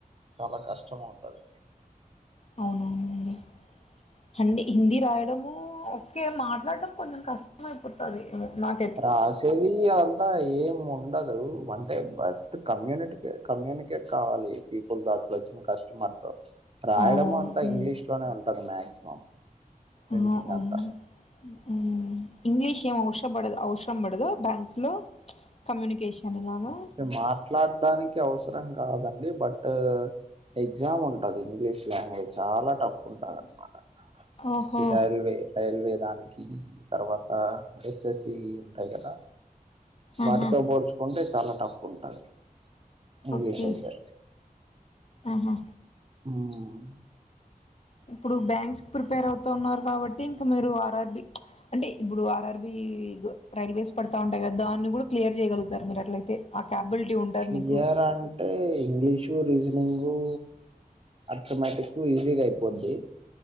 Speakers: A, on the right; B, on the left.
A: చాలా కష్టం అవుతుది
B: అవునవునండి అంటె హిందీ రాయడమూ ఒకే మాట్లాడడం కొంచెం కష్టం అయిపోతాది నాకు
A: రాసేది అదంతా ఏమీ ఉండదు అంటే బట్ కమ్యూనిటీ కమ్యూనికేట్ కావాలి పీపుల్ దాకాలో వచ్చి కష్టమనుకోవచ్చు రాయడము
B: అవునవును
A: అంతా
B: ఉమ్
A: ఇంగ్లీష్ లోనే ఉంటది మాక్సిమం ప్రింటింగ్
B: ఆ అవును
A: అంతా
B: మ్ ఇంగ్లీష్ ఏం అవసర పడదు అవసరం పడదా బ్యాంక్స్ లో కమ్యూనికేషన్ ఇలాగా
A: అంటే మాట్లాడడాానికి అవసరం కాదండి బట్ ఎగ్జామ్ ఉంటది ఇంగ్లీష్ లాంగ్వేజ్ చాలా టఫ్ ఉంటాదనమాట
B: ఓహో
A: ఈ రైల్వే రైల్వే దానికి తర్వాత ఎస్ఎస్సి ఉంటాయి కదా వాటితో
B: ఆహా
A: పోల్చుకుంటే చాలా టఫ్ ఉంటది ఇంగ్లీష్
B: ఓకే
A: అయితే
B: ఆహా
A: మ్
B: ఇప్పుడు బ్యాంక్స్ ప్రిపేర్ అవుతూ ఉన్నారు కాబట్టి ఇంకా మీరు ఆర్ఆర్బి అంటే ఇప్పుడు ఆర్ఆర్బి రైల్వేస్ పడతా ఉంటాయి కదా దాన్ని కూడా క్లియర్ చేయగలుగుతారు మీరు అట్లయితే ఆ క్యాపబిలిటీ ఉంటుంది
A: క్లియర్
B: మీకు
A: అ అంటే ఇంగ్లీషు రీజనింగు అర్థమటిక్ ఈజీగా అయిపోద్ది